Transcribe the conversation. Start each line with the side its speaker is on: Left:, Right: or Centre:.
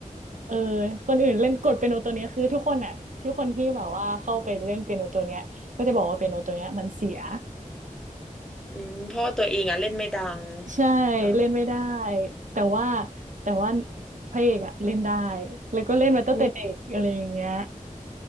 Right: เออ
Centre: ม
Right: คนอื่นเล่นกดเปียโนตัวเนี้ยคือทุกคนอ่ะทุกคนที่แบบว่าเข้าไปเล่นเปียโนตัวเนี้ยก็จะบอกว่าเปียโนตัวเนี้ยมันเสีย
Centre: อืมเพราะว่าตัวเองอ่ะเล่นไม่ดัง
Right: ใช่เล่นไม่ได้
Centre: อ่า
Right: แต่ว่าแต่ว่าพระเอกอ่ะเล่นได้แล้วก็เล่นมาตั้งแต่เด็กอะไรอย่างเงี้ย
Centre: อืม